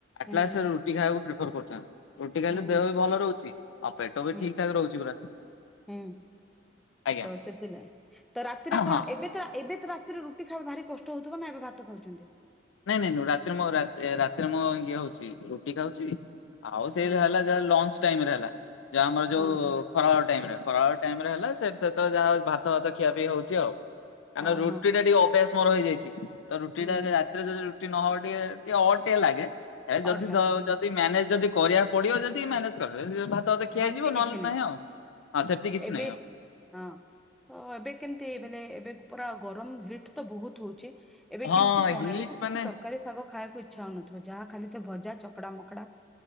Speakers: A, in the centre; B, on the left.
A: ହୁଁ
B: ନା
A: ହୁଁ
B: ସେ ରୁଟି ଖାଇବାକୁ ପ୍ରିଫର୍ କରିଥାଆନ୍ତି। ରୁଟି ଖାଇଲେ
A: ହୁଁ ହୁଁ
B: ଦେହ ବି ଭଲ ରହୁଛି, ଆଉ ପେଟ ବି
A: ହୁଁ
B: ଠିକ ଠାକ ରହୁଛି ପୁରା।
A: ହୁଁ
B: ଆଜ୍ଞା
A: ତ ସେଥିପାଇଁ ତ ରାତିରେ କଣ
B: ହଁ।
A: ଏବେ ତ ଏବେ ତ ରାତିରେ ରୁ ଟି ଖାଇବା ଭାରି କଷ୍ଟ ହଉଥିବ ନା ଏବେ ଭାତ ଖାଉଛନ୍ତି?
B: ନାଇଁ ନାଇଁ ନୁଅ ରାତିରେ ମୁଁ ଆଉ ରା-ଏ ରାତିରେ ମୁଁ ଇଏ ହଉଛି ରୁଟି ଖାଉଛି। ଆଉ ସେଇ
A: ହଁ
B: ହେଲା ଯାହା ଲଞ୍ଚ ଟାଇମ୍ ରେ ହେଲା ଯାହା ଆମର ଯୋଉ
A: ହଁ ହଁ
B: ଖରାବେଳ ଟାଇମ୍ ରେ ଖରାବେଳ ଟାଇମ୍ ରେ ହେଲା ସେ ସେତେଳେ ଯାହା ଭାତ ଭାତ ଖିଆ ପିଆ ହଉଛି ଆଉ। କାଇଁନା
A: ଓହୋ
B: ରୁଟି ଟା ଟିକେ ଅଭ୍ୟାସ ମୋର ହେଇଯାଇଛି, ତ ରୁଟି
A: ହୁଁ
B: ଟା ଯେ ରା ତିରେ ଯଦି ରୁଟି ନହବ ଟିକେ ଟିକେ ଅଡ୍ ଟିକେ ଲାଗେ, ଏ ଯଦି
A: ଅଡ୍ ଲାଗେ
B: ଧ-ଯଦି
A: ହଁ
B: ମ୍ୟାନେଜ୍ ଯଦି କରିବା ପଡିବ ଯଦି ମ୍ୟାନେଜ୍ କରିଦବା, ଯଦି ଭାତ ଅଧେ ଖିଆହେଇଯିବ,
A: ହେମିତି କିଛି
B: ନହେଲେ ନାହିଁ ଆଉ, ହଁ ସେଟି କିଛି
A: ଏବେ
B: ନାହିଁ ଆଉ।
A: ହଁ ତ ଏବେ କେମିତି ବେଇମଲେ ଏବେ ପୁରା ଗରମ ହିଟ୍ ତ ବହୁତ ହଉଛି। ଏବେ
B: ହଁ
A: କେମିତି କଣ
B: ହିଟ୍
A: ଏବେ ତ
B: ମାନେ
A: କିଛି ତରକାରୀ ଶାଗ ଖାଇବାକୁ ଇଚ୍ଛା ହଉନଥିବ, ଯାହା ଖାଲି ସେ ଭଜା ଚକଡା ମ କଡା